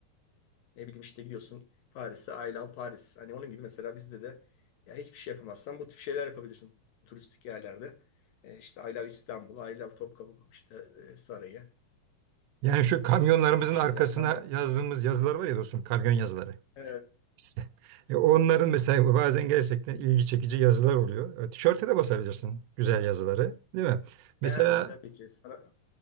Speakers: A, on the left; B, on the right.
A: Ne bileyim işte gidiyorsun Paris'e I love Paris. Hani onun gibi mesela bizde de ya hiçbir şey yapamazsan bu tip şeyler yapabilirsin turistik yerlerde. E, işte I love İstanbul, I love Topkapı işte e, Sarayı
B: Yani şu kamyonlarımızın
A: e, gibi şeylerden
B: arkasına
A: bak.
B: yazdığımız yazılar var ya dostum, kamyon yazıları.
A: Evet.
B: <laughs> E, Onların mesela bazen gerçekten ilgi çekici yazılar oluyor. E, Tişörte de basabilirsin güzel yazıları, değil mi? Mesela
A: Yani tabii ki sana